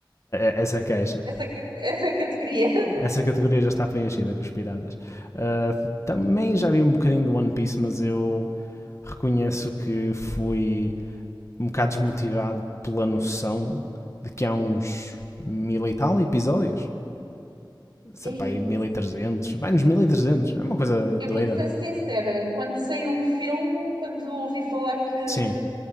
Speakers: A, on the left; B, on the right.
A: essa queixa.
B: essa, ca- <laughs> essa categoria.
A: Essa categoria já está preenchida com os piratas. Ah, também já vi um bocadinho do One Piece, mas eu reconheço que fui um bocado desmotivado pela noção de que há uns mil e tal episódios. Sei,
B: Aí,
A: mil e trezentos vai nos mil e trezentos É uma coisa
B: Eu
A: doida.
B: vou-te ser sincera, quando saiu o filme, quando ouvi falar que
A: Sim,